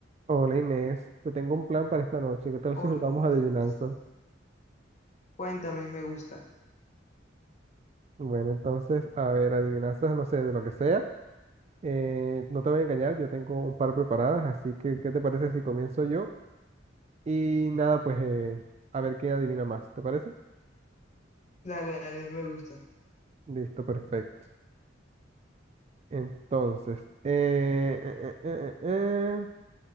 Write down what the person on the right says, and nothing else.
Hola Inés, te tengo un plan para esta noche. ¿Qué tal
si jugamos
adivinanzas?
Bueno, entonces, a ver, adivinanzas, no sé, de lo que sea. Eh, no te voy a engañar, yo tengo un par preparadas, así que, ¿qué te parece si comienzo yo? Y nada, pues eh, a ver quién adivina más, ¿te parece?
Listo, perfecto. Entonces, eh, eh, eh, eh, eh, eh,